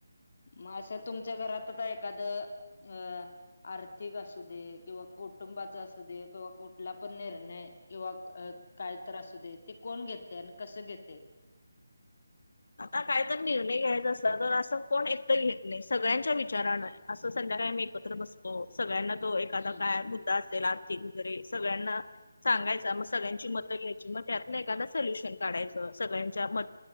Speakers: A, on the left; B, on the left.
A: मग असं तुमच्या घरातच एखादं अं आर्थिक असू दे किंवा कुटुंबाचा असू दे किंवा कुठला पण निर्णय किंवा काही तर असू दे ते कोण घेते आणि कसं घेते
B: आता काय तर निर्णय घ्यायचा असेल तर असं कोण एकटं घेत नाही सगळ्यांच्या विचाराानं असं संध्याकाळी मी एकत्र बसतो सगळ्यांना तो एखादा
A: हम्म
B: काय मुद्दा असत आर्थिक वगैरे सगळ्यांना सांगायचा मग सगळ्यांची मतं घ्यायची मग त्यातलं एखादा सोल्युशन काढायचं सगळ्यांच्या मत